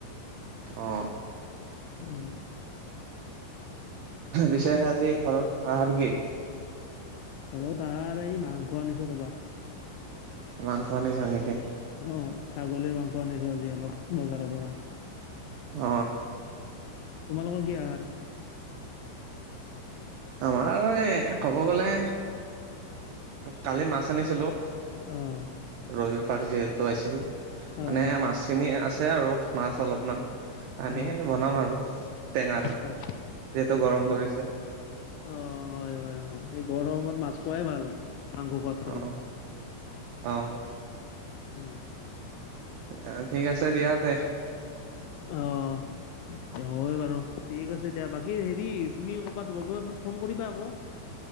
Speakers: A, on the right; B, on the left.
A: অ
B: উম
A: পিছে আজি ঘৰত আহাৰ কি
B: ঘৰত আৰু এই মাংস আনিছো তপা
A: মাংস আ নিছা নেকে
B: অ ছাগলীৰ মাংস আনিছো আজি অলপ বজাৰৰ পৰা
A: উ
B: তোমালোকৰ গে আৰ
A: আমাৰ এই কব গ'লে কালি মাছ আনিছিলো
B: অ
A: ৰবিবাৰ যিহেতু আহিছিল মানে,
B: অ',
A: মাছখিনি আছে আৰু মাছ অলপমান। আানি
B: অ',
A: এই বনাম আৰু টেঙাৰে যিহেতু
B: অ',
A: গৰম পৰিছে।
B: অ', হয়, হয়, হয়, এই গৰমত মাছ খোৱাই ভাল। মাংস খোৱাত
A: অ',
B: কৰি
A: অ'।
B: উম,
A: অ', ঠিক আছে দিয়া তে
B: অ'। হয় বাৰু ঠিক আছে দিয়া বাকী হেৰি, তুমি কৰ'বাত গৈয়ে মোক ফোন কৰিবা আকৌ।